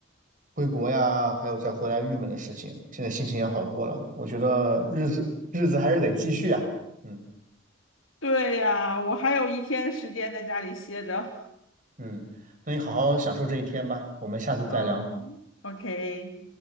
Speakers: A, on the right (about 40°); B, on the left (about 75°).
A: 回国呀，还有再回来郁闷的事情，现在心情也好多了。我觉得日子日子还是得继续啊。嗯
B: 对呀，我还有一天时间在家里歇着。
A: 嗯，那你好好享受这一天吧，我们下次再聊。
B: 嗯，OK。